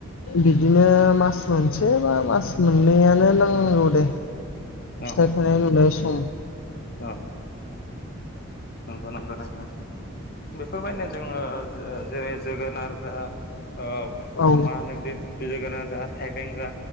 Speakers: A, on the left (about 65°); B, on the left (about 45°).
A: बिदिनो मास मोनसे बा मास मोननैयनो नांगौ दे फिथाइ
B: औ
A: थानाय नुनाय सम
B: औ नंगौ नंगौ नोंथां बेफोरबायदिनो जोङो ओ जेरै जोगोनार जा ओ
A: औ
B: मा होनो बे बे जोगोना जा थाइबें जा